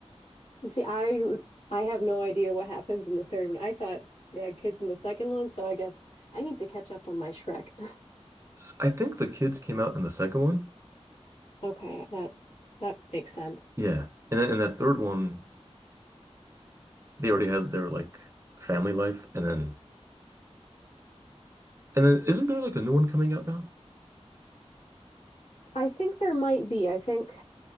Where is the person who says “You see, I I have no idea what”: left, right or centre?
Left